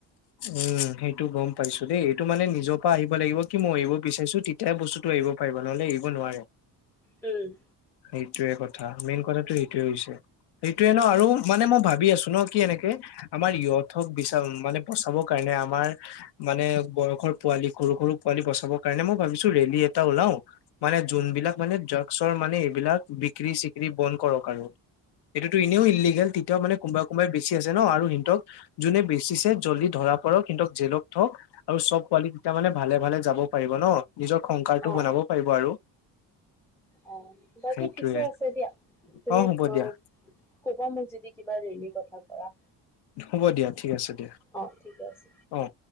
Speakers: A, on the left; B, in the centre.
A: উম সেইটো গম পাইছো দেই এইটো মানে নিজৰ পৰা আহিব লাগিব কি মই এৰিব বিচাৰিছো তিত- তেয়া বস্তুটো এৰিব পাৰিব নহ'লে এৰিব নোৱাৰে।
B: উম।
A: সেইটোয়ে কথা মেইন কথাটো সেইটোৱে হৈছে। সেইটোয়ে ন আৰু মানে মই ভাবি আছো ন কি এনেকে আমাৰ ইয়থক বিচাউন মানে বচাব কাৰ- নে আমাৰ মানে বয়সৰ পোৱালি সৰু সৰু পোৱালি বচাবৰ কাৰণে মই ভাবিছো ৰেলী এটা ওলাও মানে যোনবিলাক মানে ড্ৰাগছৰ মানে এইবিলাক বিক্ৰী চিক্ৰী বন্ধ কৰক আৰু। এইটোতো এনেও ইলিগেল তেতিয়াও মানে কোনোবাই কোনোবাই বেছি আছে ন আৰু সিহতক যোনে বেচিছে জল্দি ধৰা পৰক কিন্তু জেলক থক আৰু চব পোৱালী কেইটা মানে ভালে ভালে যাব পাৰিব ন। নিজৰ সংসাৰটো
B: অ অ
A: বনাব পাৰিব আৰু।
B: অঁ বাকী
A: সেইটোয়ে
B: ঠিকে আছে দিয়া, তুমি
A: অ হ'ব দিয়া
B: অঁ- কবা মোক যদি কিবা ৰেলীৰ কথা কৰা।
A: হ'ব দিয়া ঠিক আছে দিয়া,
B: অ ঠিকে আছে
A: অঁ